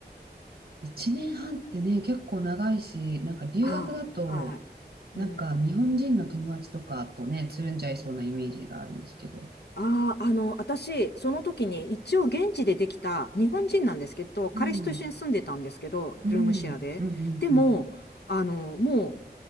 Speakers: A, on the right; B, on the left.
A: 一年半ってね、結構長いし、なんか留学だと、
B: ああ、はい。
A: なんか日本人の友達とかとね、
B: うん。
A: つるんじゃいそうなイメージがあるんですけど。
B: ああ、あの、私、その時に、一応現地でできた日本人なんですけど、彼氏と一緒に住んでたんですけど、
A: うん、うん、
B: ルームシェアで。
A: うん、うん、
B: でも、
A: うん。
B: あの、もう、